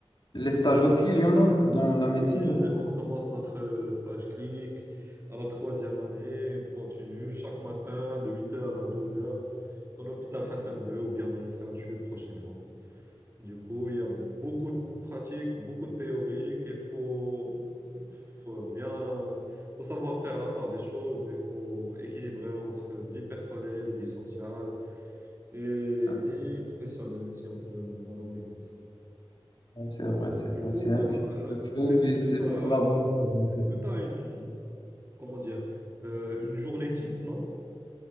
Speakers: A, on the left; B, on the right.
A: Les stages aussi, il y en a dans la médecine
B: Oui,
A: ou...
B: le- on commence notre euh, stage clinique à la troisième année, continue chaque matin de huit heures à douze heures dans l'hôpital Hassan II ou bien dans le CHU prochainement. Du coup, il y a beaucoup de pratiques, beaucoup de théories qu'il faut, faut bien, faut savoir faire la part des choses, il faut équilibrer entre vie personnelle et vie sociale et
A: Ah,
B: vie professionnelle, si on peut la nommer comme ça.
A: C'est vrai, c'est
B: Du
A: vrai,
B: coup,
A: c'est
B: pour,
A: un petit
B: euh,
A: peu chaud,
B: pour tes
A: mais
B: études,
A: c'est
B: t'as-
A: pour la bonne cause, en
B: est-ce
A: fait.
B: que tu as une, comment dire, euh, une journée type, non?